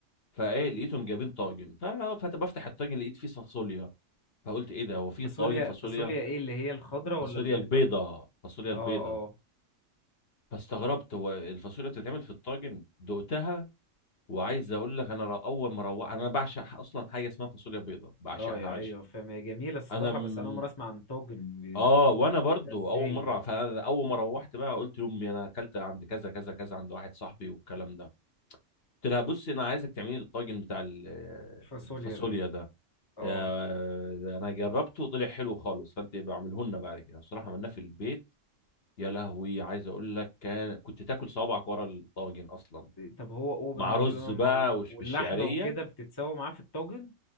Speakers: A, on the left; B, on the left.
A: فايه لقيتهم جايبين طاجن ف- فبفتح الطاجن لقيت فيه فاصوليا فقلت ايه ده هو في
B: فاصوليا
A: طاجن فاصوليا
B: فاصوليا ايه اللي هي الخضراء ولا
A: فاصوليا
B: البيضه
A: البيضه فاصوليا البيضه
B: اه اه
A: فاستغربت هو الفاصوليا بتتعمل في الطاجن دقتها وعايز اقول لك انا رو- اول ما روحت انا بعشق اصلا حاجه اسمها فاصوليا بيضاء بعشقها
B: اه يا-
A: عيش
B: ايوه فاهم هي جميله الصراحه
A: انا م...
B: بس انا اول مره اسمع عن توجن بيبقى
A: اه وانا برضو
B: ده ازاي
A: اول مره
B: يعني
A: فانا اول ما روحت بقى قلت لامي انا اكلت عند كذا كذا كذا عند واحد صاحبي والكلام ده قلت لها بصي انا عايزك تعملي لي الطاجن بتاع ال-
B: فاصوليا
A: الفاصوليا
B: ده
A: ده
B: اه
A: آه، انا جربته وطلع حلو خالص فانت يبقى اعمله لنا بعد كده الصراحه عملناه في البيت يا لهوي عايز اقول لك كان كنت تاكل صوابعك ورا الطاجن اصلا
B: طب هو هو
A: مع
B: ما
A: رز
B: بيبقى ما
A: بقى
B: ما-
A: وش
B: واللحمه
A: بالشعريه
B: وكده بتتسوى معاه في الطاجن